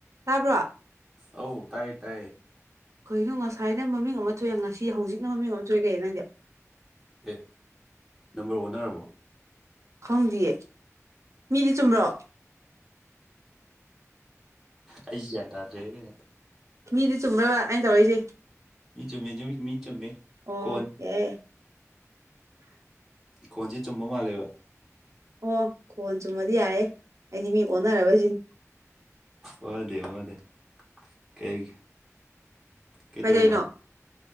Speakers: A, on the right; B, in the centre.
A: ꯇꯥꯕ꯭ꯔꯣ
B: ꯑꯧ ꯇꯥꯏꯌꯦ ꯇꯥꯏꯌꯦ
A: ꯀꯩꯅꯣ ꯉꯁꯥꯏꯅ ꯃꯃꯤꯡ ꯑꯃ ꯊꯣꯛꯑꯦ ꯉꯁꯤ ꯍꯧꯖꯤꯛꯅ ꯃꯃꯤꯡ ꯑꯃ ꯊꯣꯛꯑꯦ ꯀꯩꯅꯣ ꯅꯪꯒꯤꯁꯦ
B: ꯑꯦ ꯅꯝꯕꯔ ꯑꯣꯟꯅꯔꯕꯣ
A: ꯈꯪꯗꯤꯌꯦ ꯃꯤꯗꯤ ꯆꯨꯝꯕ꯭ꯔꯣ
B: ꯑꯩꯁꯨ ꯒ꯭ꯌꯥꯟ ꯇꯥꯗ꯭ꯔꯦꯍꯦ
A: ꯃꯤꯗꯤ ꯆꯨꯝꯕ꯭ꯔꯕ ꯑꯩꯅ ꯇꯧꯔꯛꯏꯁꯦ
B: ꯃꯤ ꯆꯨꯝꯃꯦ ꯃꯤ ꯆꯨꯝꯃꯦ
A: ꯑꯣ
B: ꯈꯣꯟ
A: ꯌꯥꯌꯦ
B: ꯈꯣꯟꯁꯦ ꯆꯨꯝꯕ ꯃꯥꯜꯂꯦꯕ
A: ꯑꯣ ꯈꯣꯟ ꯆꯨꯝꯃꯗꯤ ꯌꯥꯔꯦ ꯑꯩꯗꯤ ꯃꯤ ꯑꯣꯟꯅꯔꯕ ꯁꯤꯅꯤ
B: ꯋꯥꯗꯦ ꯋꯥꯗꯦ ꯀꯩ ꯀꯩꯇꯧꯔꯤꯅꯣ
A: ꯀꯩꯗꯩꯅꯣ